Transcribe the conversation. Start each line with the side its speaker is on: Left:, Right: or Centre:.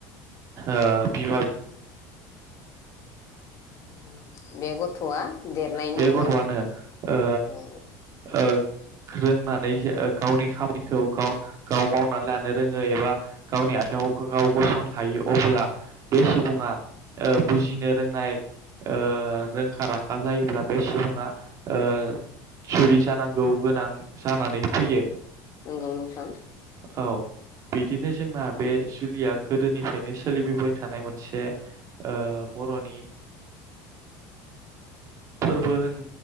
Right: ओ बिमा
Left: नंगौ बे गथ'आ देरनायनि
Right: बे
Left: उनाव
Right: गथ'आनो ओ
Left: औ
Right: ओ रोंनानै गावनि खामानिखौ गाव गाव मावनानै लानो रोङो एबा गावनि आथिङाव गाव गसंनो हायो। अबोला बे सुबुङा बुजिनो रोंनाय एबा रोंखा राखा जायोब्ला। बे सुबुङा ओ जुलि जानांगौ गोनां जानानै फैयो
Left: नंगौ नोंथां।
Right: औ बिदिनो जोंना बे जुलिया गोदोनिफ्रायनो सोलिबोबाय थानाय मोनसे ओ बर'नि फोरबो होन